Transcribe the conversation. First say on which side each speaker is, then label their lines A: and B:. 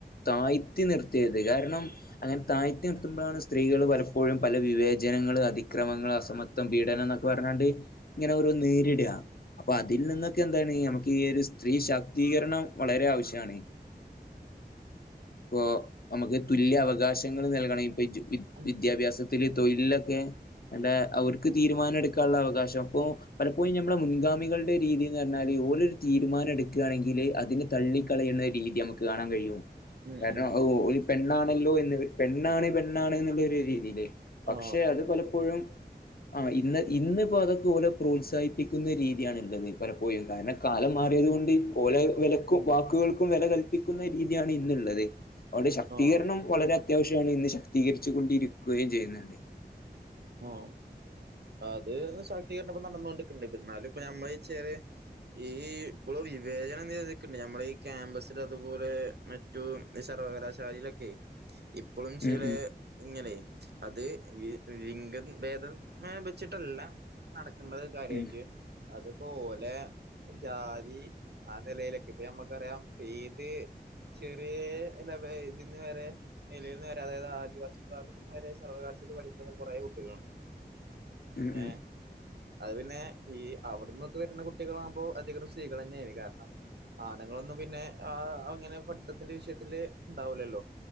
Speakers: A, on the left; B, on the right.
A: താഴ്ത്തി നിർത്തര്ത് കാരണം. അങ്ങനെ താഴ്ത്തി നിത്തുമ്പോഴാണ് സ്ത്രീകള് പലപ്പോഴും പല വിവേചനങ്ങള് അതിക്രമങ്ങൾ അസമത് തം പീഡനംന്നൊക്കെ പറഞ്ഞാണ്ട് ഇങ്ങനെ ഒരോന്ന് നേരിടാ. അപ്പൊ അതിൽ നിന്നൊക്കെ എന്താണ് നമ്മക്ക് ഈ ഒരു സ്ത്രീ ശാ ദ്ധീകരണം വളരെ ആവശ്യാണ്. ഇപ്പൊ നമ്മക്ക് തുല്യ അവകാശങ്ങള് നൽകണേൽ ഇപ്പൊ എജു വിദ്യ
B: ഉം
A: വിദ്യാഭ്യാസത്തില്.
B: ഉം
A: തൊഴിലിലൊക്കെ ന്താ അവർക്ക് തീരുമാനം എടുക്കാള്ള അവകാശം അപ്പൊ പലപ്പോഴും ഞമ്മളെ മുൻഗാമികൾടെ രീതീന്ന് പറഞ്ഞാല് ഓലൊരു തീരുമാനെടുക്കാണെങ്കില് അതിന് തള്ളിക്കളയുന്ന രീതി ഞമ്മക്ക് കാണാൻ കഴിയും
B: ഉം
A: കാര്ണം
B: ഉം
A: ഔ ഒരു പെണ്ണാണല്ലോ എന്ന് പെണ്ണാണ് പെണ്ണാണ് എന്നുള്ളരു രീതീല് പക്ഷെ
B: ആഹ്
A: അത് പലപ്പോഴും ആഹ് ഇന്ന് ഇന്നിപ്പോ അതൊക്കെ ഓല പ്രോത്സാഹിപ്പിക്കുന്ന രീതിയാണ് ള്ളത് പലപ്പോയും കാര്ണം കാലം മാറിയത്കൊണ്ട് പോലെ വെലക്കും
B: ഉം
A: വാക്കുകൾക്കും വെല കൽപ്പിക്കുന്ന രീതിയാണ് ഇന്നുള്ളത് അതൊണ്ട് ശക്തീകരണം
B: ആഹ്
A: വളരെ അത്യാവശ്യമാണ് ഇന്ന് ശക്തീകരിച്ചുകൊണ്ടിരിക്കുകയും ചെയ്യുന്നത്.
B: ആഹ്. അത് ശാക്തീകര്ണം ഇപ്പ നടന്നോണ്ട്‌ക്ണ്ട് പ്പന്നാലും ഇപ്പ ഞമ്മളെ ചെറിയേ ഈ ഇപ്പോളും വിവേചനം നിലനിക്ക്ണ്ട് ഞമ്മള ഈ ക്യാമ്പസില് അതുപോലെ മറ്റു സർവകലാശാലയിലൊക്കെ ഇപ്പോളും ചെലേ
A: ഉം
B: ഇങ്ങനെയ് അത് ലിംഗം ഭേദം വെച്ചിട്ടല്ല നടക്കണ്ടത് കാര്യായിട്ട്
A: ഉം
B: അത് പ്പോലെ ജാതി ആഹ് നെലയിലൊക്കെ ഇപ്പ ഞമ്മക്കറിയാം ഏത് ചെറിയേ ഇതിന്ന് വരെ നിലയിൽന്ന് വരെ അതായത് ആദിവാസി വിഭാഗത് അവരെ സർവ്വകാലഷേല് പഠിക്കുന്ന കൊറെ കുട്ടികളുണ്ട്
A: ഉം ഉം
B: ഏഹ്. അത് പിന്നെ ഈ അവ്ടെന്നൊക്കെ വരുന്ന കുട്ടികളാകുമ്പോ അധികനും സ്ത്രീകളെന്നേണ് കാര്ണം ആണുങ്ങളൊന്നും പിന്നെ ആ അങ്ങനെ പഠിത്തത്തിന്റെ വിഷയത്തില് ഉണ്ടാവൂലല്ലോ.